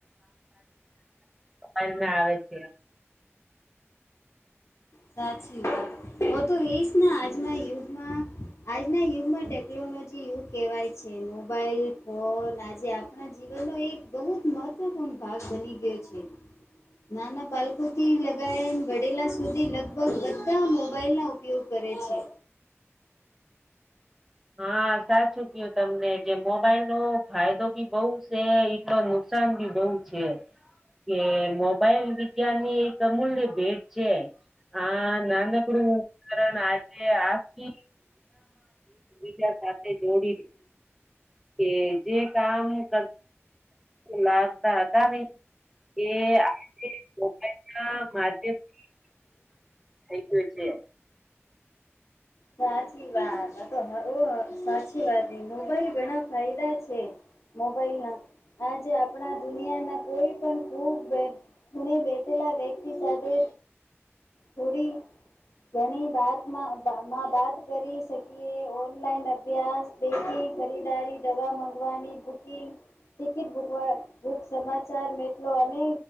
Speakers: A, in the centre; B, on the left.
A: મોબાઇલ આવે છે.
B: સાચી વાત હું તો એશ આજના યુગમાં આજના યુગમાં ટેકનોલોજી યુગ કહેવાય છે મોબાઈલ ફોન આજે આપણા જીવનનો એક બહુ જ મહત્વ મહત્વપૂર્ણ ભાગ બની ગયો છે. નાના બાલકો થી લગાવ વડેલા સુધી લગભગ બધા મોબાઈલના ઉપયોગ કરે છે.
A: હા સાચું કયું તમને જે મોબાઈલ નો ફાયદો બી બહું છે. નુકસાન ભી બહુ છે. કે મોબાઈલ વિજ્ઞાન ની એક અમૂલ્ય ભેટ છે. હા નાનકડું કારણ આજે આખી બીજા સાથે જોડી કે જે કામ કર લાવતા હતા એ આપડે મોબાઈલ ના માધ્યમથી થઈ ગયું છે.
B: સાચી વાત તો સાચી વાત ન મોબાઈલ ઘણા ફાયદા છે. મોબાઈલ ના આજે આપણા દુનિયાના કોઈ પણ ખૂબ ખુણે બેટેલા વ્યક્તિ સાથે થોડી ઘણી વાતમાં માં વાત કરી શકીએ ઓનલાઈન અભ્યાસ બેન્કિંગ ખરીદારી દવા મગવાની બુક ટિકિટ બુક સમાચાર મે અને